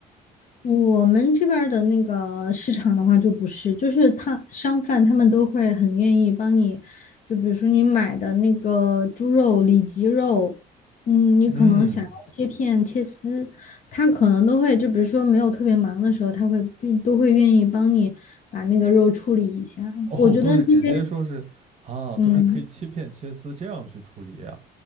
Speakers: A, on the left (about 50°); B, on the right (about 40°).
A: 我们这边儿的那个市场的话，就不是，就是他商贩他们都会很愿意帮你，就比如说你买的那个猪肉、里脊肉，嗯，你可能想要切片、
B: 嗯，
A: 切丝，他可能都会，就比如说没有特别忙的时候，他会嗯都会愿意帮你把那个肉处理一下。
B: 哦，
A: 我觉得这些，
B: 都是直接说是啊，
A: 嗯，
B: 都是可以切片切丝这样去处理啊，